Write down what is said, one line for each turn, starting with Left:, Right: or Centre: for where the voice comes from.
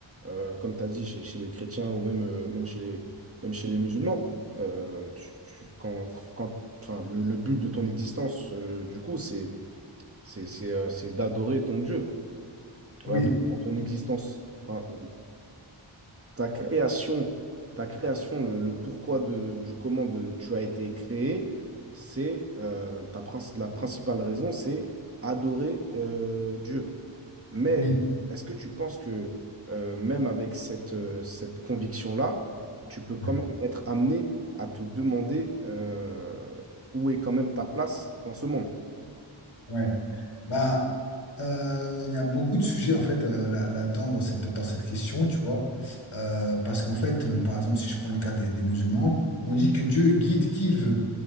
Right: euh, comme tu as dit, chez, chez les chrétiens ou même, euh, même, chez les, même chez les musulmans, euh, tu, tu- quand, quand, enfin, le, le but de ton existence, euh, du coup, c'est, c'est, c'est, euh, c'est d'adorer ton Dieu.
Left: Oui,
Right: Voilà, ton ton existence. Enfin, ta création, ta création, le, le pourquoi de, du comment de, tu as été créé, c'est euh, ta princ- la principale raison, c'est adorer euh, Dieu. Mais
Left: oui.
Right: est-ce que tu penses que euh, même avec cette, euh, cette conviction-là, tu peux quand
Left: Mhm.
Right: même être amené à te demander euh, où est quand même ta place dans ce monde?
Left: Ouais. Bah, euh, il y a beaucoup de sujets en fait euh, là, là-dedans dans cette dans cette question, tu vois, Euh, parce qu'en fait, euh, par exemple, si je prends le cas des, des musulmans, on dit que Dieu guide qui il veut.